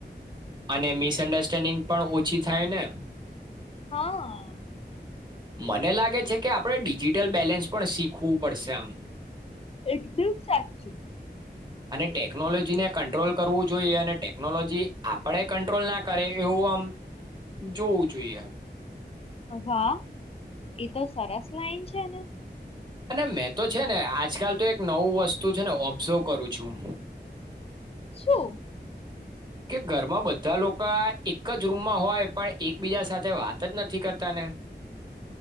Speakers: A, on the right; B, on the left.
A: અને મિસઅન્ડરસ્ટેન્ડિંગ પણ ઓછી થાય ને
B: હા
A: મને લાગે છે કે આપણે ડિજિટલ બેલેન્સ પણ શીખવું પડશે આમ
B: એકદમ સાચું
A: અને ટેકનોલોજીને કંટ્રોલ કરવું જોઈએ અને ટેકનોલોજી આપણે કંટ્રોલ ના કરે એવું આમ જોવું જોઈએ
B: વાહ એતો સરસ લાઈન છે ને
A: અને મેં તો છે ને આજકાલ તો એક નવું વસ્તુ છે ને ઓબ્ઝર્વ કરું છું
B: શું
A: કે ઘરમાં બધા લોકો એક જ રૂમમાં હોય પણ એકબીજા સાથે વાત જ નથી કરતાને